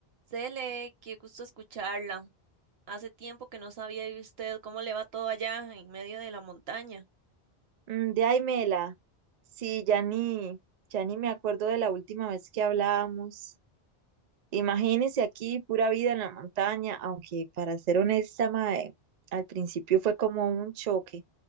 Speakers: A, on the right (about 70°); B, on the right (about 55°).
A: Cele, qué gusto escucharla. Hace tiempo que no sabía de usted cómo le va todo allá en medio de la montaña.
B: Mm, De ahí, Mela. Sí, ya ni, ya ni me acuerdo de la última vez que hablábamos. Imagínese aquí, pura vida en la montaña, aunque para ser honesta, mae, al principio fue como un choque.